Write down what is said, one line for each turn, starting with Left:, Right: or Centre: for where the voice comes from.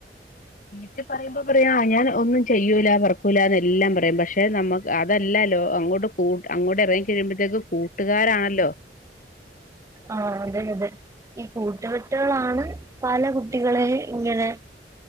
Left: വീട്ടി പറയുമ്പ പറയാ ഞാൻ ഒന്നും ചെയ്യൂല പറക്കൂലാന്നെല്ലം പറയും പക്ഷെ നമ്മക്ക് അതെല്ല ലോ അങ്ങോട്ട് കൂ അങ്ങോട്ട് എറങ്ങി കയ്യുമ്പത്തേക്ക് കൂട്ടുകാരണല്ലൊ
Right: ആഹ് അതെ അതെ ഈ കൂട്ടുകെട്ടുകളാണ് പല കുട്ടികളേ ഇങ്ങനെ